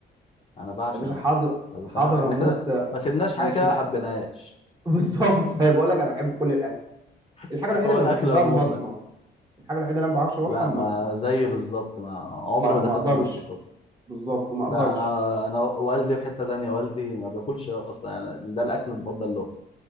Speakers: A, on the left; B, on the right.
A: أنا بعشق
B: يا باشا
A: مش...
B: حاضر
A: طب
B: حاضر
A: فاهم إحنا
B: اموت
A: كده
B: آه،
A: ما سيبناش
B: بيشتكي
A: حاجة كده ما حبيناهاش
B: <laughs> بالظبط انا بقول لك انا بحب كل الاكل
A: <laughs>
B: الحاجه الوحيده
A: هو
B: اللي
A: الأكل
B: مش بحبها
A: عموما
B: المصمت الحاجه الوحيده اللي انا ما بعرفش اروحها
A: لا
B: المصمت
A: ما زي بالظبط ما عمري
B: اه
A: ما
B: ما
A: دخلت
B: اقدرش
A: مصمت أصلا
B: بالظبط ما
A: لا
B: اقدرش
A: أنا أنا والدي في حتة تانية والدي ما بياكلش أصلا يعني ده الأكل المفضل له